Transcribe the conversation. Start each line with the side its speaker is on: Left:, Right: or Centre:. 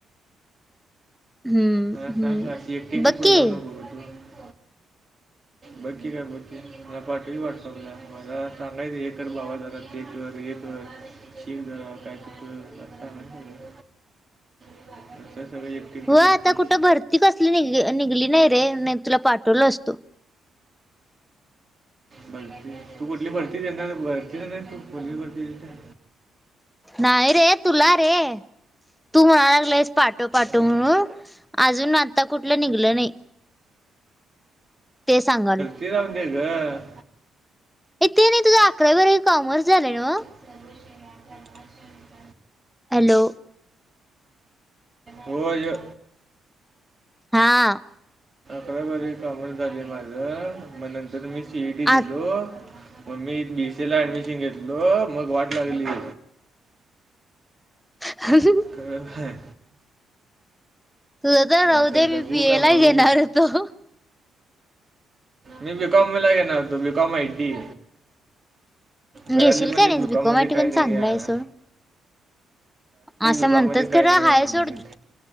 Centre: हम्म
Right: मला
Centre: हम्म
Right: सांग अशी एकटी
Centre: बघा की.
Right: <unintelligible>
Centre: <inaudible>
Right: बकी काय बकी,, मला पाटव की वाट्सापला, मला सांगायच हे कर भावा, जरा हे कर ते कर, शिक जरा काय तर कर.
Centre: <inaudible>
Right: <unintelligible>
Centre: हो,
Right: करतीस
Centre: आता कुठं भरती कसली निघ निघली नाही रे,, नाही तर तुला पाठवलं असतो.
Right: भरती, तू कुठली भरती देणार भरती देणार हाय तू कुठली, पोलीस भरती देणार
Centre: नाही रे तुला रे. तू म्हणा लागलायस पाटव पाटव
Right: मला
Centre: म्हणून,, अजून आता कुठलं निघलं नाही. ते सांगालोय.
Right: ते राहु देे गं
Centre: ए ते नाही तुझं अकरावी बारावी कॉमर्स झालंय नवं.
Right: तर <unintelligible> त्यात काय
Centre: हॅलो!
Right: होय.
Centre: हां.
Right: खर बरं कामर्स झालय माझं,, मग नंतर मी सीईटी
Centre: आता
Right: दिलो मग मी बीसी ला ऍडमिशन घेतलो,, मग वाट लागली.
Centre: हहहह.
Right: खरंच हाय.
Centre: तुझं तर राहू
Right: आता
Centre: दे मी
Right: जगु
Centre: बी
Right: का
Centre: ए ला
Right: मरू
Centre: घेणार होतो.
Right: मी बिकॉमला घेणार हुतो, बिकॉम आईटी. घरातली
Centre: घेशील
Right: म्हणलीत
Centre: काय नाहीस
Right: बिकॉममध्ये
Centre: बीकॉम आयटी
Right: काय
Centre: पण
Right: नाही
Centre: चांगलं
Right: याय.
Centre: आहे सोड असं
Right: दुकानामध्ये
Centre: म्हणत्यात
Right: काय
Centre: खरं
Right: नाही
Centre: हाय
Right: आहे म्हणले
Centre: सोड